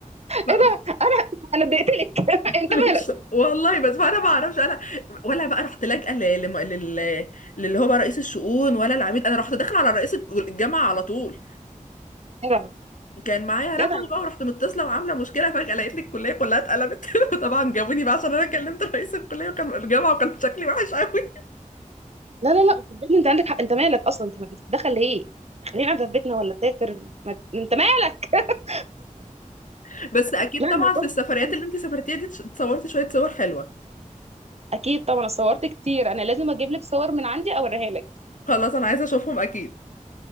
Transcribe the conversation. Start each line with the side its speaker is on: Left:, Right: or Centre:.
Left: بقى-
Right: ايه ده انا انا اتضايقت لك <laughs>
Left: <laughs>
Right: انت مالك
Left: والله بس انا ما اعرفش انا ولا بقى رحت لاجئه ل- لم- لل للي هو بقى رئيس الشؤون ولا العميد انا رحت داخله على رئيس الجامعه على طول
Right: جدع
Left: كان معايا رقمه
Right: جدع
Left: بقى ورحت متصله وعامله مشكله فجاه لقيت لي الكليه كلها اتقلبت <laughs> طبعا جابوني بقى عشان انا كلمت رئيس الكليه وكان الجامعه وكان شكلي وحش قوي
Right: لا لا لا صدقني انت عندك حق انت مالك اصلا انت مالك دخل ليه خلينا قاعده في بيتنا ولا سافر ما... انت مالك <laughs>
Left: <laughs> بس اكيد
Right: لا
Left: طبعا
Right: الموضوع
Left: في السفريات
Right: مش
Left: اللي انتي سافرتيها دي اتش- اتصورتي شويه صور حلوه
Right: اكيد طبعا صورت كتير انا لازم اجيب لك صور من عندي اوريها لك
Left: خلاص انا عايزه اشوفهم اكيد